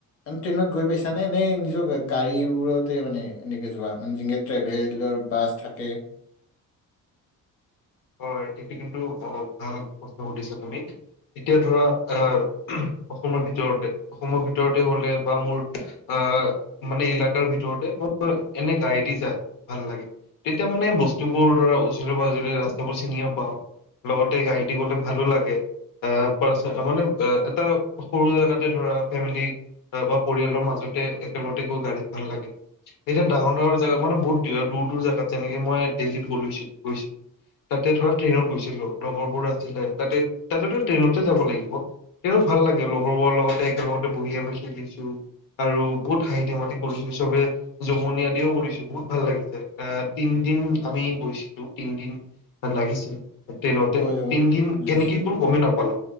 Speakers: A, on the left (about 45°); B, on the left (about 75°).
A: ট্ৰেইনত গৈ পাইছানে এই নিজৰ গাড়ীবোৰতে মানে, এনেকে যোৱা মানে যেনকে ট্ৰেভেলৰ বাছ থাকে।
B: হয় এইটো কিন্তু অ ভাল প্ৰশ্ন সুধিছা তুমি। এতিয়া ধৰা অঁ অসমৰ ভিতৰতে, অসমৰ ভিতৰতে হলে বা মোৰ আহ মানে ইলেকাৰাৰ ভিতৰতে, মই এনে গাড়ীদি যায় ভাল লাগে, তেতিয়া মানে বস্তুবোৰ ধৰা ওচিৰে পাজৰে ৰা <unintelligible> চিনিও পাওঁ, লগতে গাড়ী দি গ'লে ভালো লাগে আহ পাৰ মানে এটা সৰু জেগাতে ধৰা ফেমিলি, বা পৰিয়ালৰ মাজতে একেলগতে গৈ গাড়ীত ভাল লাগে, এতিয়া ডাঙৰ ডাঙৰ জেগা মানে বহুত দূৰ দূৰ জোগাত যেনেকে মই দিল্লীত গ-গৈছিলোঁ। তাতে ধৰা ট্ৰেইনত গৈছিলো, লগৰবোৰ আছিলে। তাতে তাতেতো ট্ৰেইনতে যাব লাগিব, তেওঁ ভাল লাগে লগৰবোৰৰ লগতে একেলগতে বহি আমি খেলিছো আৰু বহুত হাঁহি ধেমালি তি কৰিছো চবে, জমনি আদিও কৰিছো, বহুত ভাল লাগিছে, অঁ তিনদিন আমি গৈছিলো। তিনদিন আৰু লাগিছিল ট্ৰেইনতে
A: হয়, হয়,
B: তিনদিন
A: বুজিছো।
B: কেনেকে গল গমেই নাপালো।